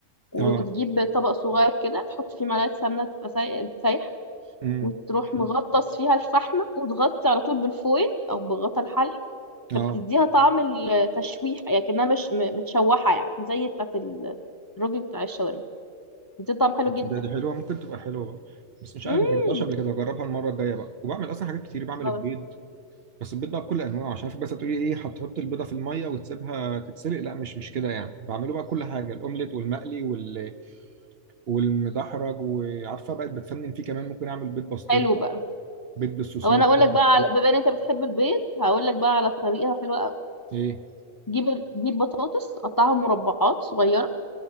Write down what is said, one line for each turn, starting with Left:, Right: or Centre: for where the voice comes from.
Left: وتجيب
Right: اه
Left: طبق صغير كده تحط فيه معلقة سمنة تبقى ساي- سايحة
Right: امم
Left: وتروح مغطس فيها الفحمة وتغطي على طول بالفويل أو بغطا الحلة
Right: اه
Left: فبتديها طعم التشويح يعني كأنها مش م- متشوحة يعني زي بتاعة ال- الراجل بتاع الشاورما بتدي طعم حلو جدا
Right: ده دي حلوه ممكن تبقى حلوه بقى بس مش
Left: مم.
Right: عارف ما جربتهاش قبل كده هجربها المره الجايه بقى وبعمل اصلا حاجات كتير بعمل
Left: خلاص
Right: البيض بس البيض بقى بكل انواعه عشان في بس هتقولي ايه هتحط البيضه في الميه وتسيبها تتسلق لا مش مش كده يعني بعمله بقى كل حاجه الاومليت والمقلي وال... والمدحرج وعارفه بقت بتفنن فيه كمان ممكن اعمل بيض بسطرمه
Left: حلو بقى
Right: بيض بالسوسيس
Left: او انا اقول
Right: بيض
Left: لك بقى
Right: بالسجق
Left: على... بما ان انت بتحب البيض هقول لك بقى على طريقه حلوه قوي
Right: ايه
Left: جيب جيب بطاطس قطعها مربعات صغيره